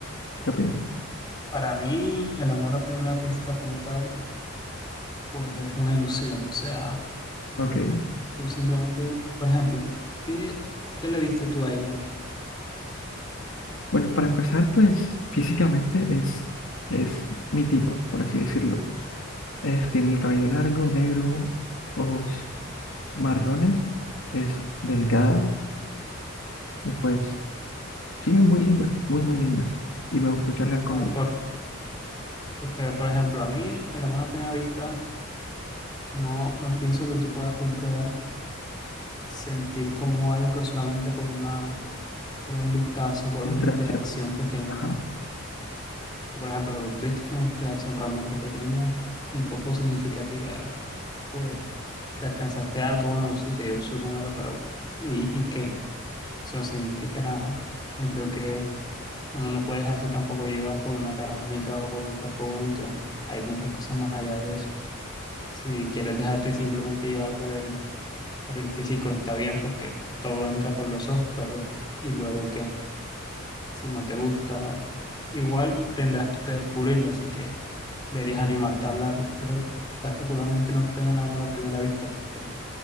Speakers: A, on the left; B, on the left.
A: ¿Qué opinas?
B: Para mí, el amor a primera vista como tal, pues es una ilusión. O sea,
A: Ok.
B: tú simplemente, por ejemplo, ¿qué, qué le viste tú a ella? O
A: Bueno, para empezar, pues físicamente es, es mi tipo, por así decirlo. Es, tiene el cabello largo, negro, ojos marrones, es delgada y pues sí, es muy linda, muy, muy linda. Y me gustó charlar
B: sea,
A: con él.
B: por, porque, por ejemplo, a mí, el amor a primera vista, no, no pienso que tú puedas juzgar, sentir como algo solamente por una, por un vistazo, por
A: Fue
B: una
A: Interacción.
B: interacción pequeña.
A: Ajá.
B: Porque, por ejemplo, lo que tuviste fue una interacción realmente pequeña y poco significativa. Pues le alcanzaste algo, bueno, sí, te dio su número, pero ¿y, y qué? Eso no significa nada. Yo creo que uno no puede dejarse tampoco llevar por una cara bonita o por un cuerpo bonito. Hay muchas cosas más allá de eso. Si quieres dejarte simplemente llevar por el, por el físico, está bien porque todo entra por los ojos, pero ¿y luego qué? Si no te gusta, ¿no? Igual tendrás tú que descubrirlo, así que deberías animarte a hablar, pero particularmente no creo en el amor a primera vista, porque